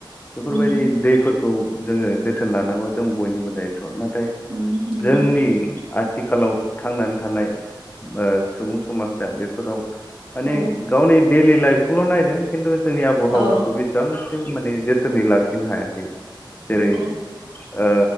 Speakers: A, on the left (about 20°); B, on the right (about 80°).
A: बेफोरबायदि
B: उम
A: दैफोर खौ जोङो जोथोन लानांगौ जों बयनिबो दायथ' नाथाय
B: उम नंगौ
A: जोंनि आथिखालाव थांनानै थानाय ओ सुबुं समाजा बेफोराव माने
B: औ
A: गावनि दैडलि लाइफखौल' नायदों खिन्थु जोंनि आबहावाखौ
B: औ
A: बेसेबां माने जोथोनै लाखिनो हायाखै जेरै
B: नंगौ
A: ओ